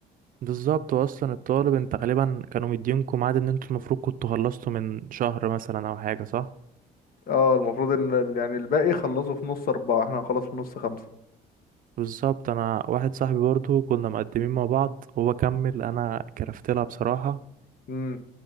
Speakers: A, on the right; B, on the left.
A: بالظبط واصلا الطالب انت غالبا كانوا مدينكم ميعاد ان انتوا المفروض كنتوا خلصتوا من شهر مثلا او حاجة صح
B: اه المفروض ان ال- يعني الباقي خلصوا في نص أربعة احنا هنخلص في نص خمسة
A: بالظبط انا واحد صاحبي برضه كنا مقدمين مع بعض هو كمل انا كرفت لها بصراحة
B: امم